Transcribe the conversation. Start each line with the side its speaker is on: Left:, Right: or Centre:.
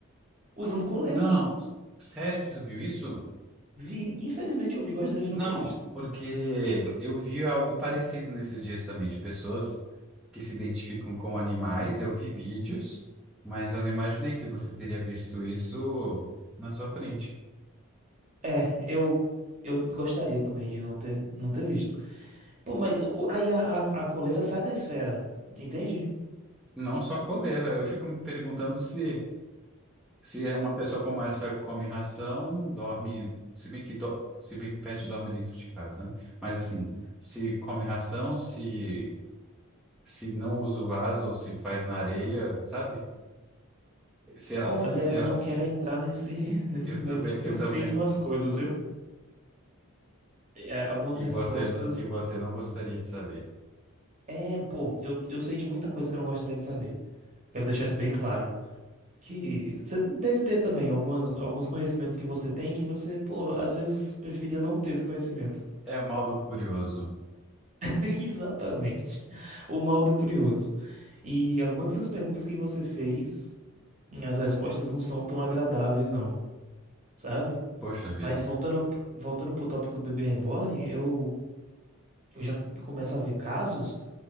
Right: usando
Centre: Ah,
Right: coleira,
Centre: Não,
Right: pô.
Centre: sério que tu viu isso?
Right: Vi, infelizmente eu vi, gostaria de
Centre: Não,
Right: não ter visto.
Centre: porque eu vi algo parecido nesses dias também, de pessoas que se identificam com animais. Eu vi vídeos, mas eu não imaginei que você teria visto isso na sua frente.
Right: É, eu eu gostaria também de não ter não ter visto. Pô, mas o- aí a, a, a coleira sai da esfera, entende?
Centre: Não só coleira. Eu fico me perguntando se se é uma pessoa como essa come ração, dorme, se bem que do- se bem que pet dorme dentro de casa, né? Mas assim, se come ração, se se não usa o vaso ou se faz na areia, sabe? Se ela
Right: Olha,
Centre: se
Right: eu
Centre: ela
Right: não
Centre: se-
Right: quero entrar nesse <laughs> nesse
Centre: eu
Right: mérito
Centre: também
Right: porque
Centre: eu
Right: eu
Centre: também
Right: sei de umas coisas, viu? É, algumas
Centre: que
Right: respostas.
Centre: você não- que você não gostaria de saber.
Right: É, pô, eu, eu sei de muita coisa que eu não gostaria de saber. Quero deixar isso bem claro. Que você deve ter também algumas, alguns conhecimentos que você tem que você, pô, às vezes preferia não ter esse conhecimento.
Centre: É o mal do curioso.
Right: <laughs> Exatamente. O mal do curioso. E algumas dessas perguntas que você fez, as respostas não são tão agradáveis, não, sabe?
Centre: Poxa
Right: Mas
Centre: vida.
Right: voltando, voltando pro tópico do bebê reborn, eu, eu já começo a ver casos